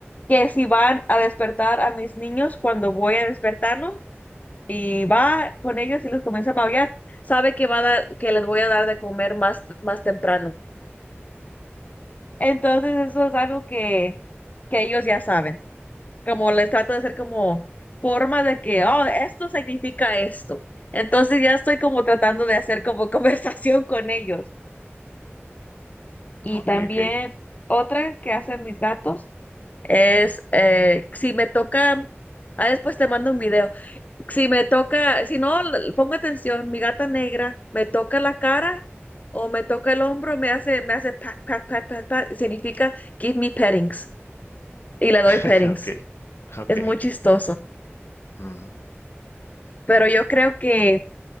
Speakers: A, on the left (about 35°); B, on the left (about 70°).
A: que si van a despertar a mis niños cuando voy a despertarlos y va con ellos y los comienza a maullar, sabe que va a dar, que les voy a dar de comer más, más temprano. Entonces eso es algo que, que ellos ya saben. como les trato de hacer como forma de que, oh, esto significa esto. Entonces ya estoy como tratando de hacer como <laughs> conversación con ellos. Y
B: Ok,
A: también
B: ok,
A: otra que hacen mis gatos es, eh, si me toca, ah, después te mando un video, si me toca, si no, l- pongo atención, mi gata negra me toca la cara o me toca el hombro, me hace, me hace pat, pat, pat, pat, pat, significa give me pettings y le doy
B: <laughs>
A: pettings.
B: ok, ok,
A: Es muy chistoso.
B: ujú,
A: Pero yo creo que